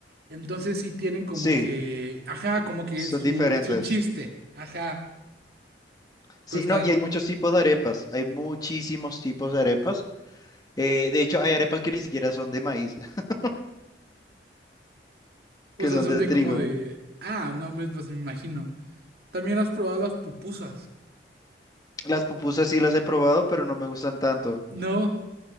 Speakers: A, on the right; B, on the left.
A: Entonces sí tienen como
B: Sí,
A: que, ajá, como que
B: son
A: su,
B: diferentes.
A: su chiste, ajá,
B: Sí,
A: pues están,
B: no, y hay muchos tipos de arepas. Hay muchísimos tipos de arepas. Eh, de hecho, hay arepas que ni siquiera son de maíz, <laughs>
A: o
B: que
A: sea,
B: son
A: son
B: de
A: de
B: trigo.
A: como de, ah, no, hombre, pues me imagino. También has probado las pupusas,
B: Las pupusas sí las he probado, pero no me gustan tanto.
A: ¿no?